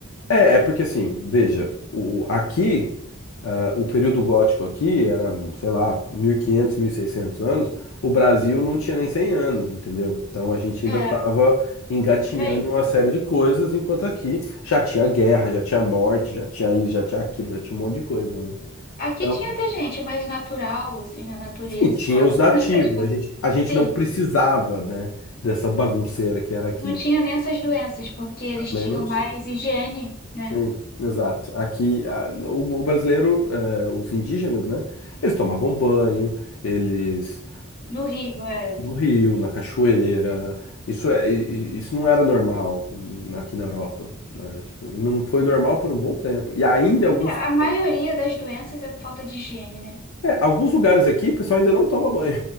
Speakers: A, on the left; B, on the left.
A: É, é porque assim, veja, o, aqui, ah, o período gótico aqui era, sei lá, mil mil e quinhentos, mil e seiscentos anos, o Brasil não tinha nem 100 anos, entendeu? Então a gente
B: É,
A: ainda estava engatinhando
B: por aí.
A: em uma série de coisas, enquanto aqui já tinha guerra, já tinha morte, já tinha isso, já tinha aquilo, já tinha um monte de coisa, né?
B: Aqui
A: Então,
B: tinha até gente mais natural, assim, na natureza
A: assim, tinha
B: e tal.
A: os nativos,
B: <laughs> Essas coisas.
A: a gente, a gente
B: Sim,
A: não precisava, né, dessa bagunceira que era aqui.
B: não tinha nem essas doenças, porque eles
A: Também
B: tinham
A: não tinha.
B: mais higiene, né?
A: Sim, exato. Aqui, a- o, o brasileiro, eh, os indígenas, né? Eles tomavam banho, eles
B: No Rio, é.
A: no rio, na cachoeira. Isso é, i- i- isso não era normal hum, aqui na Europa, né? Tipo, não foi normal por um bom tempo. E ainda alguns,
B: É, a maioria
A: al-
B: das doenças é por falta de higiene, né?
A: é, alguns lugares aqui, o pessoal ainda não toma banho.